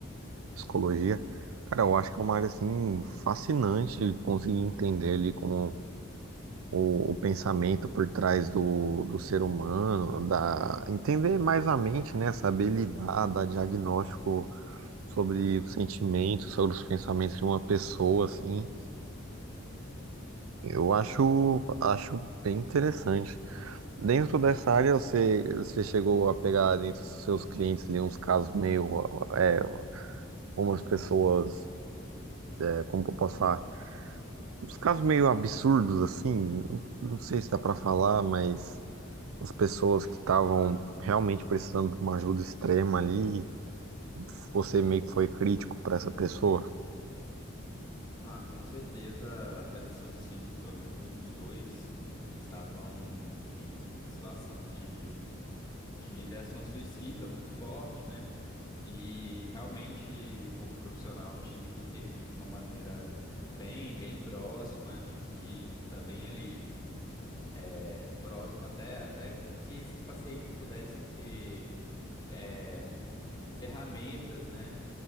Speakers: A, on the right; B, on the left.
A: psicologia. Cara, eu acho que é uma área assim fascinante conseguir entender ali como o, o pensamento por trás do, do ser humano, da entender mais a mente, né? Saber lidar, dar diagnóstico sobre os sentimentos, sobre os pensamentos de uma pessoa, assim. Eu acho acho bem interessante. Dentro dessa área, você, você chegou a pegar dentro dos seus clientes ali uns casos meio, é, umas pessoas, é, como que eu posso falar, uns casos meio absurdos assim, não, não sei se dá pra falar, mas as pessoas que estavam realmente precisando de uma ajuda extrema ali, você meio que foi crítico pra essa pessoa.
B: Ah, com certeza apareceu sim, pelo menos uns dois que estavam em uma situação de, de ideação suicida muito forte, né? E realmente, como profissional, tive que intervir de uma maneira bem, bem próxima, tive que que estar bem ali é, próximo até, até que esses pacientes pudessem ter é, ferramentas, né,